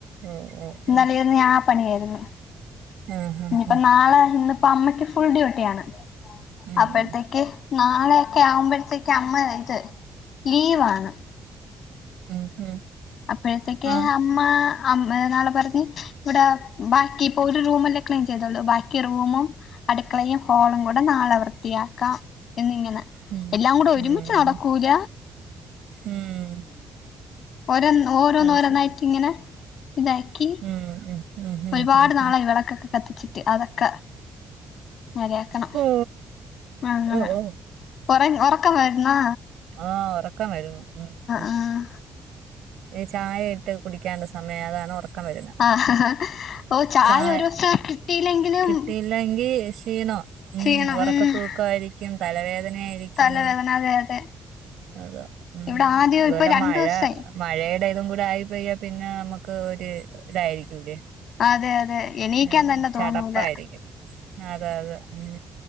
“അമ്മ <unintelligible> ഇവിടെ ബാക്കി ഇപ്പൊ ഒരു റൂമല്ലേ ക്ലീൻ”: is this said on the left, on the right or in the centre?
Left